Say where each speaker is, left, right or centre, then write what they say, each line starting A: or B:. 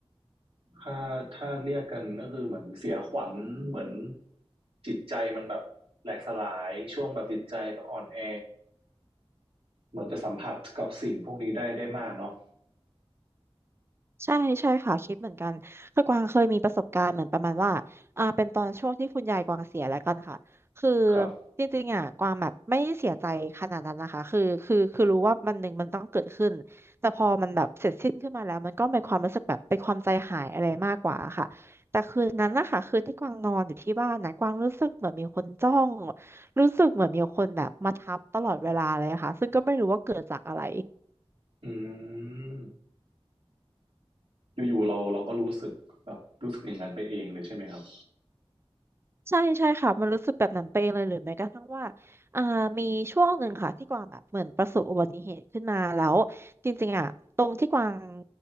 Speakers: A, on the right (about 65°); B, on the right (about 25°).
A: ถ้าถ้าเรียกกันก็คือเหมือนเสียขวัญเหมือนจิตใจมันแบบแหลกสลายช่วงแบบจิตใจแบบอ่อนแอเหมือนจะสัมผัสกับสิ่งพวกนี้ได้ได้มากเนาะ
B: ใช่ใช่ค่ะคิดเหมือนกันคือกวางเคยมีประสบการณ์เหมือนประมาณว่าอ่าเป็นตอนช่วงที่คุณยายกวางเสียแล้วกันค่ะคือ
A: ครับ
B: จริงๆอ่ะกวางแบบไม่ได้เสียใจขนาดนั้นนะคะคือคือคือรู้ว่ามันหนึ่งมันต้องเกิดขึ้นแต่พอมันแบบเสร็จสิ้นขึ้นมาแล้วมันก็เป็นความรู้สึกแบบเป็นความใจหายอะไรมากกว่าค่ะแต่คืนนั้นนะคะคืนที่กวางนอนอยู่ที่บ้านนะกวางรู้สึกเหมือนมีคนจ้องรู้สึกเหมือนมีคนแบบมาทับตลอดเวลาเลยค่ะซึ่งก็ไม่รู้ว่าเกิดจากอะไร
A: อืมอยู่ๆเราเราก็รู้สึกแบบรู้สึกอย่างนั้นไปเองเลยใช่ไหมครับ
B: ใช่ใช่ค่ะมันรู้สึกแบบนั้นไปเองเลยหรือแม้กระทั่งว่าอ่ามีช่วงหนึ่งค่ะที่กวางแบบเหมือนประสบอุบัติเหตุขึ้นมาแล้วจริงๆอ่ะตรงที่กวาง